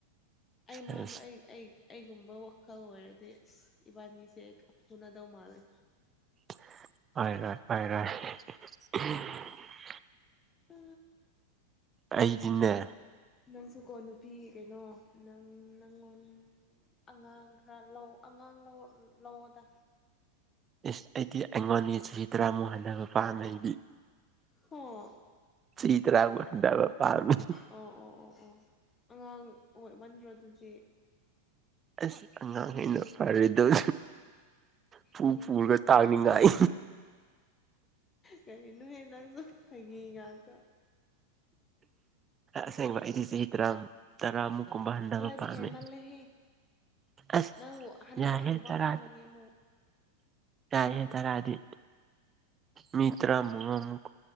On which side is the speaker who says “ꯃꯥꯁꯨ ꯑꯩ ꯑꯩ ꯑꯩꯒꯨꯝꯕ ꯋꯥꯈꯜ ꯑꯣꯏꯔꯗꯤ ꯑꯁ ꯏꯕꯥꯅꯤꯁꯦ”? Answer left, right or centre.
Left